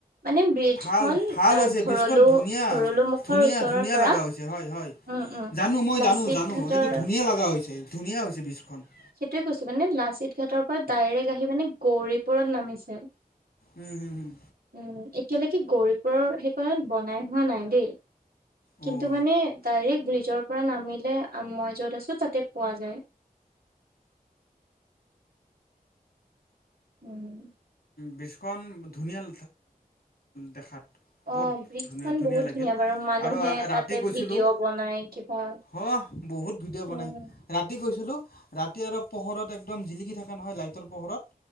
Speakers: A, on the right; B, on the left.
A: মানে ব্ৰিজ
B: ভাল
A: খন
B: ভাল
A: আহ
B: হৈছে
A: ভৰলো
B: বীজখন ধুনীয়া
A: ভৰলো মুখৰ
B: ধুনীয়া
A: ওচৰৰ
B: ধুনীয়া
A: পৰা
B: লগা হৈ- ছে হয় হয়,
A: উম উম
B: জানো মই
A: লাচিত
B: জানো জানো
A: ঘাটৰ
B: এইটো ধুনীয়া লগা হৈছে ধুনীয়া হৈছে বীজখন।
A: সেইটোৱে কৈছো মানে লাচিত ঘাটৰ পৰা ডাইৰেক্ট আহি মানে গৌৰী পুৰণ নামিছে।
B: উম হুম হুম।
A: উম এতিয়ালৈকে গৌৰীপুৰৰ সেইকণত বনাই হোৱা নাই দেই।
B: অ',
A: কিন্তু মানে ডাইৰেক্ট ব্ৰিজৰ পৰা নামিলে মই য'ত আছো তাতে পোৱা যায়। উম।
B: বীজখন ধুনীয়াই দেখাত।
A: অ'
B: বত
A: ব্ৰিজখন
B: ধুনীয়া ধুনীয়া
A: বহুত
B: লাগিল,
A: বাৰু মানুহে
B: আৰু ৰাতি
A: তাতে
B: গৈছিলোঁ
A: ভিডিঅ' বনাই কিবা
B: সহ বহুত ভিডিঅ'
A: উম।
B: বনাই। ৰাতি গৈছিলোঁ ৰাতি আৰু পোহৰত একদম জিলিকি থকা নহয় লাইটৰ পোহৰত।